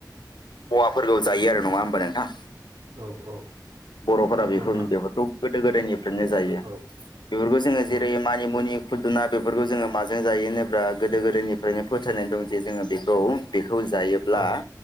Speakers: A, on the left; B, on the right.
A: मुवाफोरखौ जायो आरो नङा होमबा नोंथां।
B: औ औ
A: बर'फोरा
B: नोंथां
A: बेखौ बेफोरखौ गोदो गोदायनि नो जायो
B: औ
A: बेफोरखौ जोङो जेरै
B: औ
A: मानि मुनि फुदुना बेफोरखौ जोङो माजों जायो होनोब्ला गोदो गोदायनि ओनो फोथायनाय दं जे जोङो बेखौ बे जायोब्ला
B: औ